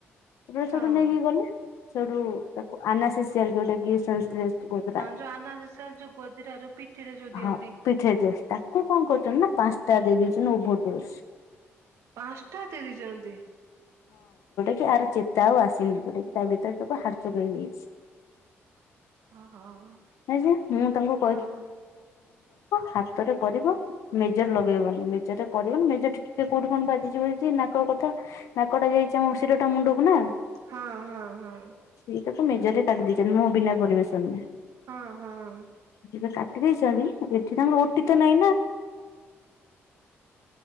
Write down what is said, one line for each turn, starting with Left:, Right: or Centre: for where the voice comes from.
Left: <inaudible>
Right: ହଁ ଯଉ ଆନା ଯଉ ଗଦିଟା, ଯଉ ପିଠିରେ ଯଉ ଦିଅନ୍ତି।
Left: ହଁ ପିଠେଇ ଡୋଜ ତାକୁ କଣ କରୁଛନ୍ତି <inaudible> ହଁ! ଯଉଟା
Right: ପାଞ୍ଚଟା ଦେଇ ଦେଇଛନ୍ତି
Left: କି ୟାର ଚେତା ଆଉ ଆସିନି, ଯଉଟା କି ତା' ଭିତରେ ତାକୁ ହାଟ୍ଚୋକ୍ ହେଇଯାଇଛି।
Right: <inaudible>
Left: <inaudible> କରିବ
Right: ହଁ
Left: ହାତରେ କରିବ, ମେଜର୍ ଲଗେଇବନି। ମେଜର୍ ରେ କରିବନି ମେଜର୍ ଟିକେ କଉଠି କ'ଣ ବା ନାକ କଥା ନାକଟା ଯାଇଚି, ଆମ ଶିରଟା ମୁଣ୍ଡକୁ ନା।
Right: ହଁ ହଁ ହଁ!
Left: ସେଇଟାକୁ ମେଜର୍ ରେ କାଟି ଦେଇଚନ୍ତି। ମୋ ବିନା ପର୍ମିସନ୍‌
Right: ହଁ ହଁ!
Left: <inaudible> ରେ ଭାଇ ମୁଁ ତାକୁ ଜାଣିନି, ମୁଁ ଫାଷ୍ଟ୍ ଟାଇମ୍